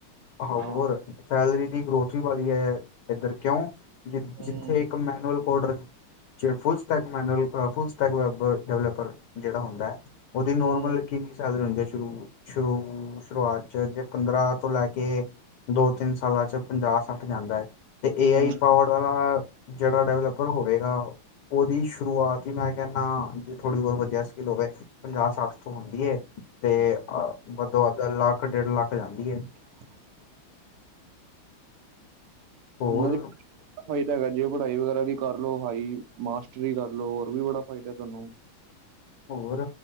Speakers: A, on the left; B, on the right.
A: ਹੋਰ
B: ਬ <inaudible> ਹਾਂ
A: ਸੈਲਰੀ ਦੀ ਗਰੋਥ ਵੀ ਵਾਲੀ ਹੈ। ਇੱਧਰ ਕਿਉਂ ਜਿ
B: ਹੂੰ
A: ਜਿੱਥੇ ਇੱਕ manual coder full stack manual full stack double developer ਜਿਹੜਾ ਹੁੰਦਾ ਹੈ। ਉਹਦੇ ਨੋਰਮਲ
B: ਹੂੰ ਹੂੰ
A: ਕਿੰਨੀ ਸੈਲਰੁ ਹੁੰਦੀ ਸ਼ੁਰੂ-ਸ਼ੁਰੂ ਸ਼ੁਰੂਆਤ'ਚ ਜੇ ਪੰਦਰਾਂ ਤੋਂ ਲੈ ਕੇ ਦੋ ਤਿੰਨ ਸਾਲਾਂ ਚ ਪੰਜਾਹ ਸੱਠ ਜਾਂਦਾ ਹੈ। ਤੇ ਏ
B: ਹੂੰ
A: ਆਈ ਪਾਵਰ ਵਾਲਾ ਜਿਹੜਾ ਡਿਵਲਪਰ ਹੋਵੇਗਾ। ਉਹਦੀ ਸ਼ੁਰੂਆਤ ਹੀ ਮੈਂ ਕਹਿੰਨਾਂ ਜੇ ਥੋੜ੍ਹੀ ਬਹੁਤ ਵਧੀਆ ਸਕਿੱਲ ਹੋਵੇ। ਪੰਜਾਹ ਸੱਠ ਤੋਂ ਹੁੰਦੀ ਤੇ ਅ ਵੱਧੋ ਵੱਧ ਲੱਖ ਡੇਢ ਲੱਖ ਜਾਂਦੀ ਏ।
B: <unintelligible>
A: ਹੋਰ
B: ਜੇ ਕਢਾਈ ਵਗੈਰਾ ਵੀ ਕਰਲੋ, ਹਾਈ ਮਾਸਟਰੀ ਕਰ ਲਓ, ਹੋਰ ਵੀ ਬੜਾ ਫਾਇਦਾ ਤੁਹਾਨੂੰ
A: ਹੋਰ